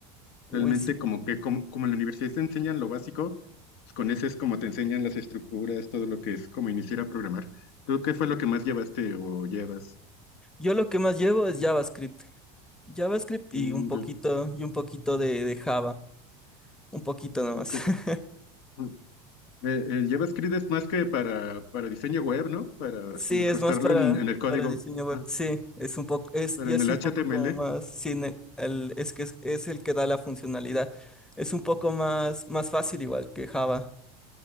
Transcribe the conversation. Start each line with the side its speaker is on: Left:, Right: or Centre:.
Centre: Uy,
Left: Realmente
Centre: sí.
Left: como que como, como en la universidad te enseñan lo básico, pues con ese es como te enseñan las estructuras, todo lo que es como iniciar a programar. ¿Tú qué fue lo que más llevaste o llevas?
Centre: Yo lo que más llevo es JavaScript. JavaScript
Left: Mm,
Centre: y un poquito,
Left: ya,
Centre: y un poquito de, de Java. Un poquito nomás.
Left: ok.
Centre: <laughs>
Left: Mm. Eh, el JavaScript es más que para, para diseño web, ¿no? Para
Centre: Sí,
Left: incrustarlo
Centre: es más para,
Left: en, en el código,
Centre: para diseño web.
Left: ah,
Centre: Sí, es un poco, es,
Left: pero
Centre: y
Left: en
Centre: es
Left: el
Centre: un
Left: HTML.
Centre: poco como más, sí, ne- el, es que es, es el que da la funcionalidad. Es un poco más, más fácil igual que Java.